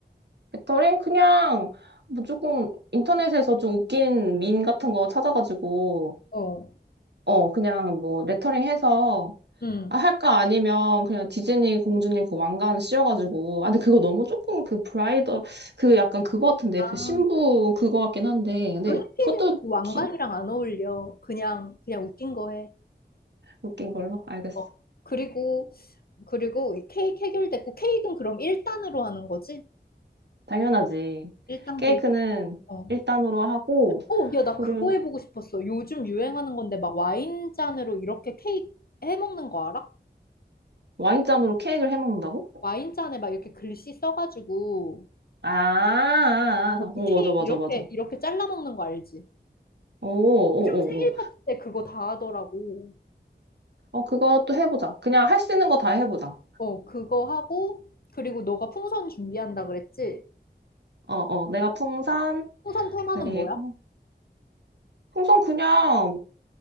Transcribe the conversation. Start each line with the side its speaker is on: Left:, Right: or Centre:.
Right: 배터리? 그냥 뭐 조금 인터넷에서 좀 웃긴 밈 같은 거 찾아가지고,
Left: 어,
Right: 어, 그냥 뭐 레터링 해서,
Left: 응.
Right: 아, 할까? 아니면 그냥 디즈니 공주님 그 왕관 씌워가지고, 아, 근데 그거 너무 조금 그 브라이더, 그 약간 그거 같은데,
Left: 아,
Right: 그 신부 그거 같긴 한데, 근데
Left: 그리고 해피는
Right: 그것도
Left: 그 왕관이랑
Right: 기,
Left: 안 어울려. 그냥, 그냥 웃긴 거 해.
Right: 웃긴 걸로? 알겠어.
Left: 어, 그리고, 그리고 이 케이크 해결됐고, 케이크는 그럼 1단으로 하는 거지?
Right: 당연하지.
Left: 1단
Right: 케이크는
Left: 케이크. 어.
Right: 일단으로 하고,
Left: 어, 야, 나
Right: 그리고
Left: 그거 해보고 싶었어. 요즘 유행하는 건데, 막 와인잔으로 이렇게 케이크 해먹는 거 알아?
Right: 와인잔으로 케이크를 해 먹는다고?
Left: 와인잔에 막 이렇게 글씨 써가지고,
Right: 아, 아,
Left: 어,
Right: 아.
Left: 그
Right: 오,
Left: 케이크
Right: 맞아, 맞아,
Left: 이렇게,
Right: 맞아.
Left: 이렇게 잘라 먹는 거 알지?
Right: 오, 오, 오,
Left: 요즘 생일
Right: 오.
Left: 파티 때 그거 다 하더라고.
Right: 어, 그것도 해보자. 그냥 할 수 있는 거 다 해보자.
Left: 어, 그거 하고, 그리고 너가 풍선 준비한다 그랬지?
Right: 어, 어, 내가 풍선,
Left: 풍선 테마는
Right: 그리고,
Left: 뭐야?
Right: 풍선 그냥,